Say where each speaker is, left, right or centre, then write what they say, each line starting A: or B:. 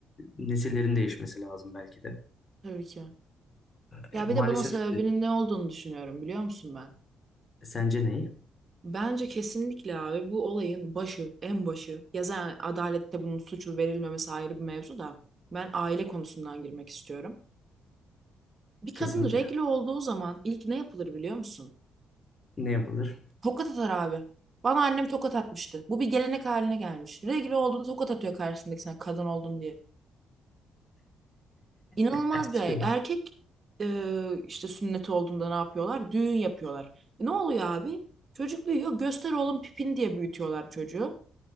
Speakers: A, on the left; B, on the right.
A: e, nesillerin değişmesi lazım belki de.
B: Tabii ki. Ya
A: Ee, maalesef
B: bir de bunun sebebinin
A: e,
B: ne olduğunu düşünüyorum biliyor musun ben?
A: sence ne?
B: Bence kesinlikle abi bu olayın başı, en başı. Ya zaten adalette bunun suçlu verilmemesi ayrı bir mevzu da. Ben aile konusundan girmek istiyorum. Bir kadın
A: Kesinlikle.
B: regl olduğu zaman ilk ne yapılır biliyor musun?
A: Ne yapılır?
B: Tokat atar abi. Bana annem tokat atmıştı. Bu bir gelenek haline gelmiş. Regl olduğunda tokat atıyor karşısındaki sen kadın oldun diye. İnanılmaz
A: <laughs>
B: bir er- erkek
A: <laughs>
B: e, işte sünnet olduğunda ne yapıyorlar? Düğün yapıyorlar. E, ne oluyor abi? Çocuk büyüyor. Göster oğlum pipin diye büyütüyorlar çocuğu.